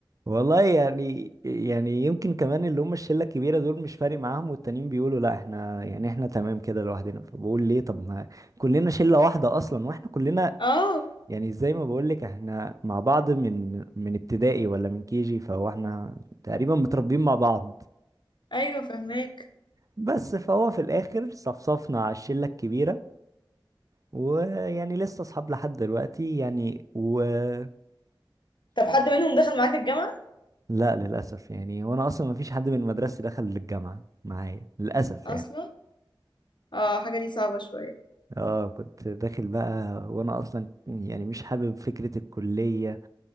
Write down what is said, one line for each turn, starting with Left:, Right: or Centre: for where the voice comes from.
Right: والله يعني يعني يمكن كمان اللي هم الشلة الكبيرة دول مش فارق معاهم والتانيين بيقولوا لا احنا يعني احنا تمام كده لوحدنا فبقول ليه طب ما كلنا شلة واحدة اصلا واحنا كلنا
Left: اه
Right: يعني زي ما بقول لك احنا مع بعض من من ابتدائي ولا من كيجي فهو احنا تقريبا متربيين مع بعض
Left: ايوه فهماك
Right: بس فهو في الاخر صفصفنا على الشلة الكبيرة ويعني لسه اصحاب لحد دلوقتي يعني ومش
Left: طب حد منهم دخل معاك الجامعة
Right: لا للاسف يعني وانا اصلا ما فيش حد من مدرستي دخل الجامعه معايا للاسف
Left: اصلا
Right: يعني
Left: اه حاجة دي صعبة شوية
Right: اه كنت داخل بقى وانا اصلا يعني مش حابب فكره الكليه